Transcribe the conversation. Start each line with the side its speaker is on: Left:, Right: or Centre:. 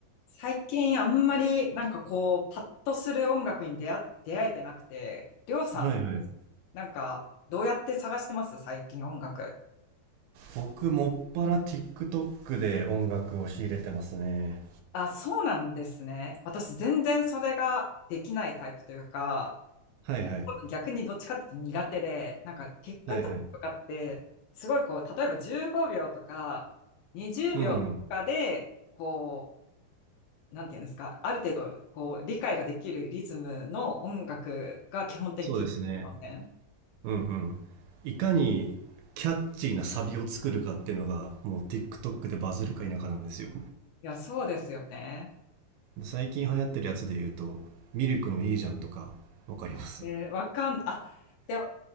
Left: 最近あんまりなんかこう、パッとする音楽に出会、出会えてなくて、りょうさん、
Right: はいはい。
Left: なんかどうやって探してます最近音楽。
Right: 僕、もっぱら TikTok で音楽を仕入れてますね。
Left: あ、そうなんですね。私全然それができないタイプというか、
Right: はいはい。
Left: 多分逆にどっちかっていうと苦手で、なんか TikTok
Right: はいはい。
Left: とかって、すごいこう、例えば15秒とか20秒とかで、
Right: うん。
Left: こう、なんていうんですか、ある程度こう理解ができるリズムの音楽が基本的にありません
Right: そうですね。うんうん。いかにキャッチーなサビを作るかっていうのが、もう TikTok でバズるか否かなんですよ。
Left: いや、そうですよね。
Right: 最近流行ってるやつで言うと、ミルクのいいじゃんとか、わかります。
Left: えー、わかん、あ、でも、